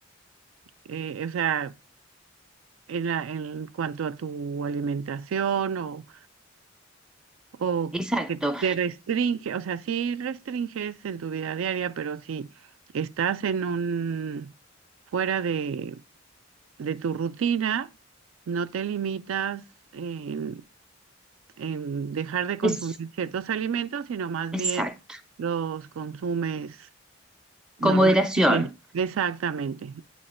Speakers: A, on the right; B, in the centre.
A: eh, o sea, en, la- en cuanto a tu alimentación o o
B: Exacto,
A: que te restringe, o sea, sí restringes en tu vida diaria, pero si estás en un fuera de, de tu rutina, no te limitas en, en dejar de consumir
B: es,
A: ciertos alimentos, sino más
B: exacto,
A: bien los consumes normalmente.
B: con moderación.
A: Exactamente.